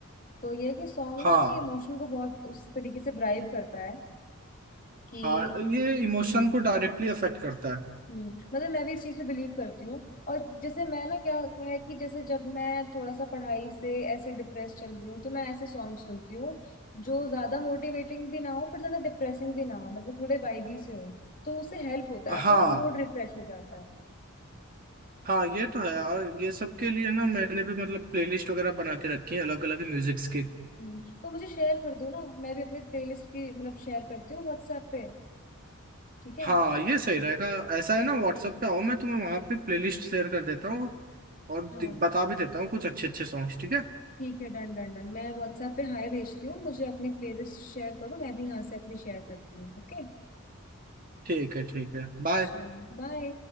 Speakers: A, on the left (about 40°); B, on the right (about 40°).
A: तो ये है कि सॉन्ग
B: हाँ
A: ना आपके इमोशन को बहुत उस तरीके से ड्राइव करता है कि
B: हाँ ये इमोशन
A: हम्म
B: को डायरेक्टली अफेक्ट करता है
A: हम्म मतलब मैं भी इस चीज पे बिलीव करती हूँ और जैसे मैं ना क्या हुआ है कि जैसे जब मैं थोड़ा सा पढ़ाई से ऐसे डिप्रेस चल रही हूँ तो मैं ऐसे सॉन्ग सुनती हूँ जो ज्यादा मोटिवेटिंग भी ना हो पर ज्यादा डिप्रेसिंग भी ना हो मतलब थोड़े वाइबी से हो तो उससे हेल्प होता है आपका
B: हाँ
A: ना मूड रिफ्रेश हो जाता है
B: हाँ ये तो है और ये सब के लिए ना मैंने भी मतलब प्लेलिस्ट वगैरह बना के रखी है अलग अलग म्यूजिक्स की
A: हम्म, तो मुझे शेयर कर दो ना मैं भी अपनी प्लेलिस्ट की मतलब शेयर करती हूँ व्हाट्सएप पे ठीक है
B: हाँ ये सही रहेगा ऐसा है ना व्हाट्सएप पे आओ मैं तुम्हें वहां पे प्लेलिस्ट शेयर कर देता हूँ और दि-
A: हाँ
B: बता भी देता हूँ कुछ अच्छे अच्छे सॉन्ग्स ठीक है
A: ठीक है डन डन डन मैं व्हाट्सएप पे हाय भेजती हूँ मुझे अपनी प्लेलिस्ट शेयर करो मैं भी यहाँ से अपनी शेयर करती हूँ ओके
B: ठीक है ठीक है बाय
A: चलो बाय